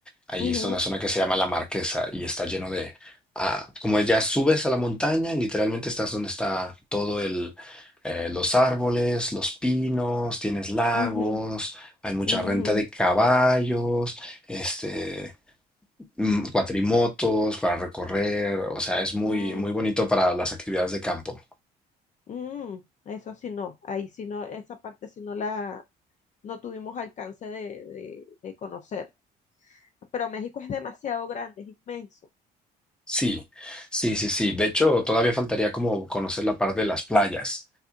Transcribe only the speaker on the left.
ujú,
ujú,
ujú,
ujú,
mm, mm. Eso sí no, ahí sí no, esa parte sí no la, no tuvimos alcance de, de, de conocer. Pero México es demasiado grande, es inmenso.